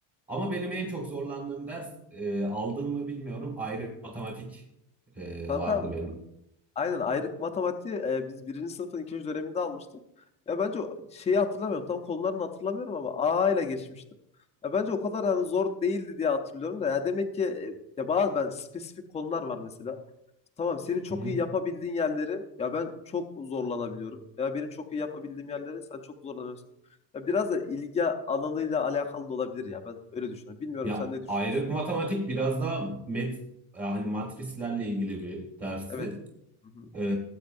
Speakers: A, on the right; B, on the left.
A: Ama benim en çok zorlandığım ders e, aldın mı bilmiyorum. Ayrı matematik e,
B: Hı-hı.
A: vardı benim.
B: Aynen ayrık matematiği e, biz birinci sınıfın ikinci döneminde almıştık. Ya bence o- şeyi hatırlamıyorum. Tam konularını hatırlamıyorum ama A ile geçmiştim. Ya bence o kadar hani zor değildi diye hatırlıyorum da. Ya demek ki e, ya bazı ben spesifik konular var mesela. Tamam senin çok
A: Hı hı.
B: iyi yapabildiğin yerleri ya ben çok zorlanabiliyorum. Ya benim çok iyi yapabildiğim yerleri sen çok zorlanıyorsun. Ya biraz da ilgi alanıyla alakalı da olabilir ya. Ben öyle düşünüyorum. Bilmiyorum
A: Ya
B: sen ne düşünüyorsun?
A: ayrık matematik biraz daha met yani matrislerle ilgili bir dersti.
B: Evet. Hı hı.
A: Ee,